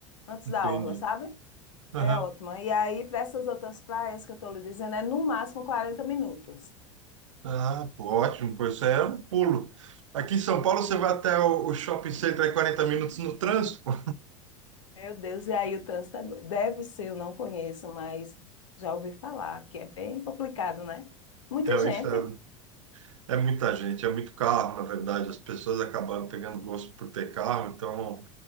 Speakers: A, on the left; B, on the right.
A: Antes
B: Entendi.
A: da orla, sabe?
B: Aham.
A: É ótima. E aí, para essas outras praias que eu estou lhe dizendo, é no máximo 40 minutos.
B: Ah, pô, ótimo, pois isso aí é um pulo. Aqui em São Paulo você vai até o, o shopping center em 40 minutos no trânsito. <laughs> pô.
A: Meu Deus, e aí o trânsito é- deve ser, eu não conheço, mas já ouvi falar que é bem complicado, né? Muita
B: É, é um
A: gente.
B: inferno. É muita gente, é muito carro, na verdade. As pessoas acabaram pegando gosto por ter carro, então.